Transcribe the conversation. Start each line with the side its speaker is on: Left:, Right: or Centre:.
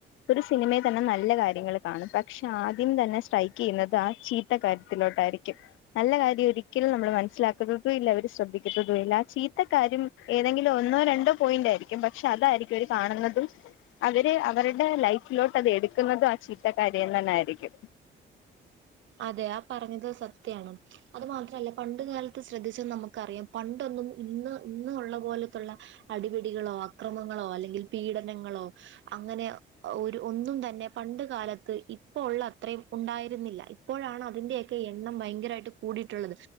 Left: ഒരു സിനിമയിൽ തന്നെ നല്ല കാര്യങ്ങൾ കാണും പക്ഷെ ആദ്യം തന്നെ സ്ട്രൈക്ക് ക്കെയ്യുന്നത് ആ ചീത്ത കാര്യത്തിലോട്ടായിരിക്കും നല്ല കാര്യം ഒരിക്കലും നമ്മൾ മനസ്സിലാക്കുന്നതും ഇല്ല അവര് ശ്രദ്ധിക്കുന്നതും ഇല്ല ആ ചീത്ത കാര്യം ഏതെങ്കിലും ഒന്നോ രണ്ടോ പോയിന്റ് ആയിരിക്കും പക്ഷെ അതായിരിക്കും അവര് കാണുന്നതും അവര് അവരുടെ ലൈഫിലോട്ട് അത് എടുക്കുന്നതും ആ ചീത്തകാര്യം തന്നൊയിയിരിക്കും
Right: അതെ ആ ഹ് പറഞ്ഞത് സത്യാണ് അത് മാത്രല്ല പണ്ട് കാലത്ത് ശ്രദ്ധിച്ചാ നമുക്കറിയാം പണ്ട് ഒന്നും ഇന്ന് ഇന്ന് ഉള്ള പോലെത്തെ ത്തുള്ള അടി പിടികളോ അക്രമങ്ങളോ അല്ലെങ്കിൽ പീഡനങ്ങളോ അങ്ങനെ ഒരു ഒന്നും തന്നെ പണ്ട് കാലത്ത് ഇപ്പോ ഉള്ള അത്രയും ഉണ്ടായിരുന്നില്ല ഇപ്പോഴാണ് അതിന്റെറെയൊക്കെ എണ്ണം ഭയങ്കരമായിട്ട് കൂടിയിട്ടുള്ളത്